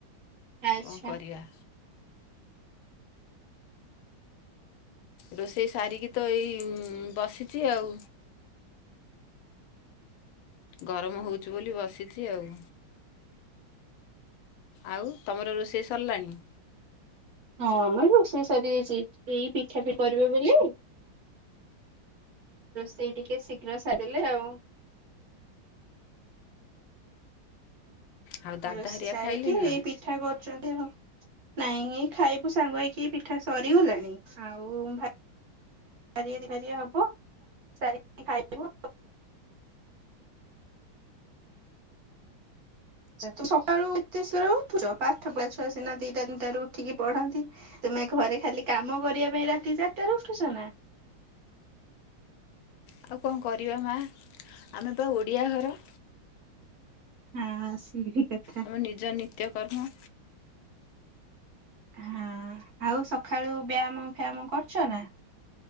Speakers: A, on the right; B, on the left.
A: ଆଚ୍ଛା।
B: କଣ କରିବା। ରୋଷେଇ ସାରିକି ତ ଏଇ ଉଁ- ବସିଚି ଆଉ। ଗରମ ହଉଚି ବୋଲି ବସିଚି ଆଉ। ଆଉ ତମର ରୋଷେଇ ସରିଲାଣି?
A: ହଁ ଆମର ରୋଷେଇ ସରିଯାଇଚି ଏଇ ପିଠା ପି- କରିବେ ବୋଲି ରୋଷେଇ ଟିକେ ଶୀଘ୍ର ସାରିଲେ ଆଉ
B: ଆଉ ଦାଦା
A: ରୋଷେଇ
B: ହେରିଆ
A: ସାରିକି
B: ଖାଇଲେନି
A: ଏଇ
B: ନା
A: ପିଠା କରୁଚନ୍ତି ଆଉ। ନାଇଁ ଖାଇବୁ ସାଙ୍ଗ ହେଇକି ପିଠା ସରିଗଲାଣି ଆଉ ଭା ଭାରିଏ ଦି ଭାରିଏ ହବ <inaudible> ଖାଇଦବୁ। ତ ସକାଳୁ ଏତେ <unintelligible> ଉଠୁଚ ପାଠ ପଢା ଛୁଆ ସିନା ଦିଟା ତିନିଟାରୁ ଉଠିକି ପଢନ୍ତି ତୁମେ ଘରେ ଖାଲି କାମ କରିବା ପାଇଁ ରାତି ଚାରିଟା ର ଉଠୁଚ ନା?
B: ଆଉ କଣ କରିବା ମା ଆମେ ପା ଓଡ଼ିଆ ଘର
A: ହଁ ସିଏ ଠିକ୍ କଥା।
B: ଆମ ନିଜ ନିତ୍ୟକର୍ମ
A: ହଁ ଆଉ ସଖାଳୁ ବ୍ୟାୟାମ ଫ୍ୟାୟାମ କରୁଚ ନା?